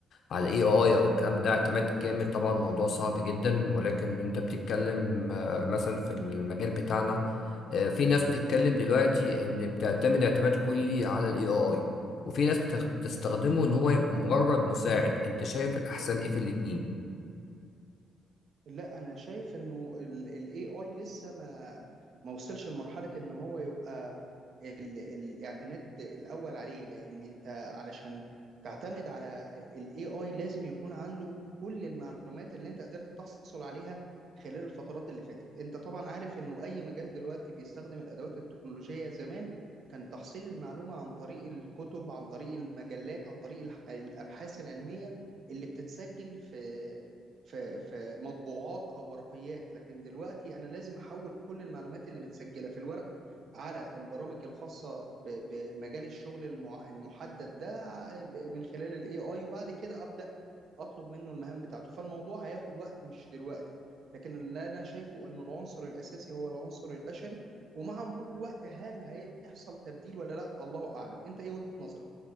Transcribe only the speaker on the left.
على الاي اي او الكلام ده اعتماد كامل طبعا الموضوع صعب جدا ولكن انت بتتكلم آه، مثلا في المجال بتاعنا آه، في ناس بتتكلم دلوقتي ان بتعتمد اعتماد كلي على الاي اي وفي ناس بتخ- بتستخدمه ان هو مجرد مساعد انت شايف الاحسن ايه في الاتنين